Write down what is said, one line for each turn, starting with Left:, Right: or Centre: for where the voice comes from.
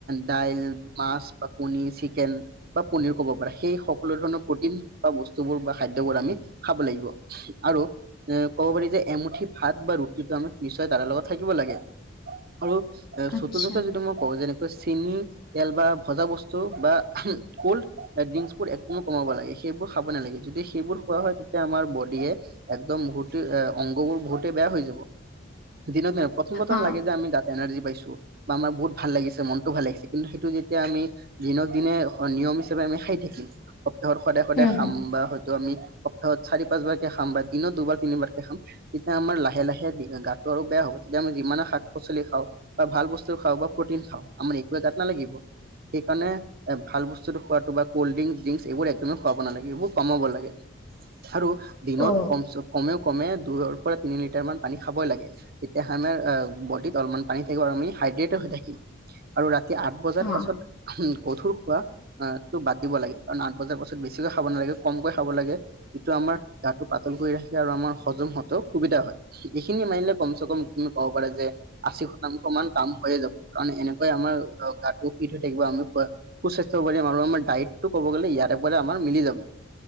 Right: দাইল, মাছ বা কনী, চিকেন বা পনীৰ ক'ব পাৰা, সেই সকলো ধৰণৰ প্ৰ'টিন বা বস্তুবোৰ বা খাদ্যবোৰ আমি খাব লাগিব। আৰু এ, ক'ব পাৰি যে এমুঠি ভাত বা ৰুটিটো, আমি নিশ্চয় দাইলৰ লগত থাকিব লাগে। আৰু এ,
Left: আচ্ছা
Right: চতুৰ্থতে, যদি মই কওঁ যেনেকৈ চেনি তেল বা ভজা বস্তু বা কোল্ড ড্ৰিংকচ বোৰ একদমেই কমাব লাগে। সেইবোৰ খাব নালাগে। যদি সেইবোৰ খোৱা হয় তেতিয়া আমাৰ বডিয়ে একদম বহুতে এ, অংগবোৰ বহুতে বেয়া হৈ যাব। দিনক দিনে প্ৰথম, প্ৰথম
Left: হা
Right: লাগে যে আমি গাত এনাৰ্জি পাইছোঁ বা আমাৰ বহুত ভাল লাগিছে, মনটো ভাল লাগিছে। কিন্তু, সেইটো যেতিয়া আমি দিনক দিনে হ নিয়ম হিচাপে আমি খাই থাকিম সপ্তাহত সদায়, সদায়
Left: হুম
Right: খাম
Left: হুম
Right: বা হয়তো আমি সপ্তাহত চাৰি, পাঁচ বাৰকে খাম বা দিনত দুবাৰ, তিনিবাৰকে খাম তেতিয়া আমাৰ লাহে লাহে দি গাটো আৰু বেয়া হ'ব, তেতিয়া আমি যিমানে শাক-পাচলি খাওঁ বা ভাল বস্তু খাওঁ বা প্ৰ'টিন খাওঁ, আমাৰ একোৱে গাত নালাগিব। সেইকাৰণে এ, ভাল বস্তুটো খোৱাতটো বা কল্ড ড্ৰিংক, ড্ৰীংকচ এইবোৰ একদমেই খুৱাব নালাগে, এইবোৰ কমাব লাগে। আৰু দিনত
Left: অ
Right: কমচে কমেও কমে দুৰৰ পৰা তিনি লিটাৰ মান পানী খাবই লাগে। তেতিয়া হা মানে এ, বডিত অলপমান পানী থাকিব, আৰু আমি হাইড্ৰেট হৈ থাকিম। আৰু ৰাতি আঠ বজাৰ
Left: হা
Right: পাছত গধুৰ খোৱা আ, টো বাদ দিব লাগে। কাৰণ আঠ বজাৰ পাছত বেছিকৈ খাব নালাগে, কমকৈ খাব লাগে। এইটো আমাৰ গাটো পাতল কৰি ৰাখে, আৰু আমাৰ হজম হওঁতেও সুবিধা হয়। এইখিনি মানিলে কমচে কম তুমি ক'ব পাৰা যে, আশী শতাংশ মান কাম হৈয়ে যাব। কাৰণ এনে কৈ আমাৰ অ, গাতটোও ফিট হৈ থাকিব। আমি খোৱা সুস্বাস্থ্য হ'ব পাৰিম, আৰু আমাৰ ডায়টটো কব গ'লে ইয়াৰে পৰা আমাৰ মিলি যাব।